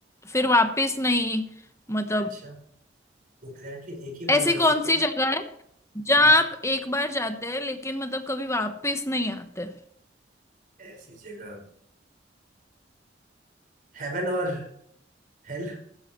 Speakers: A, on the left; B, on the right.
A: फिर वापस नहीं मतलब
B: अच्छा एग्जैक्टली एक ही
A: ऐसी
B: बार जा
A: कौन
B: सकता
A: सी
B: हूँ
A: जगह है जहाँ
B: हम्म,
A: आप एक बार जाते हैं लेकिन मतलब कभी वापस नहीं आते
B: ऐसी जगह हेवन और हेल